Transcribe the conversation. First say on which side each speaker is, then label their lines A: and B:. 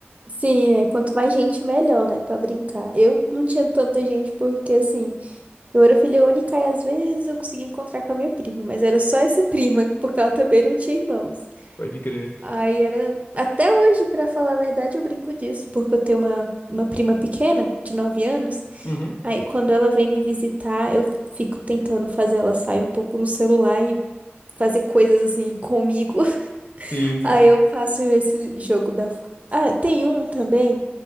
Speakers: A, on the right; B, on the left.
A: Sim, é, quanto mais gente, melhor, né, Pra brincar. Eu não tinha tanta gente porque, assim, eu era filha única e às vezes eu conseguia encontrar com a minha prima, mas era só essa prima, porque ela também não tinha irmãos.
B: Pode crer.
A: Aí era. Até hoje, pra falar a verdade, eu brinco disso, porque eu tenho uma, uma prima pequena, de 9 anos.
B: Uhum.
A: Aí quando ela vem me visitar, eu fico tentando fazer ela sair um pouco do celular e fazer coisas assim comigo.
B: Sim,
A: <laughs>
B: sim.
A: Aí eu faço esse jogo da. Ah, tem um também.